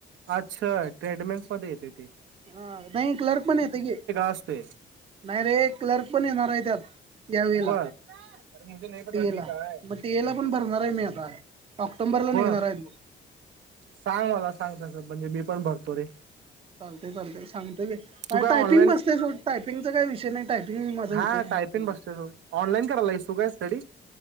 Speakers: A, on the right (about 85°); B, on the right (about 30°).
A: अच्छा ट्रेडमेन्स मध्ये येतय ते.
B: ह नाई क्लर्क पण येतय कि.
A: असतोय
B: नाई अरे क्लर्क पण येणार हाय त्यात या वेळला
A: बर अरे मुझे नाही पता
B: टीएला
A: दी कहा है.
B: मग टीएला पण भरणार हाय मी आता ऑक्टोंबरला
A: बर
B: निघणार हायत बग
A: सांग मला सांग तसं म्हणजे मी पण भरतो रे
B: चालतय चालतय सांगतो कि.
A: तू
B: टायपिंग
A: काय ऑनलाईन
B: बसतय सोड टायपिंगचा काय विषय नाई टायपिंग माझं
A: हा
B: हुतंय हम्म
A: टायपिंग बसतोय तू ऑनलाईन करायलायस तू काय स्टडी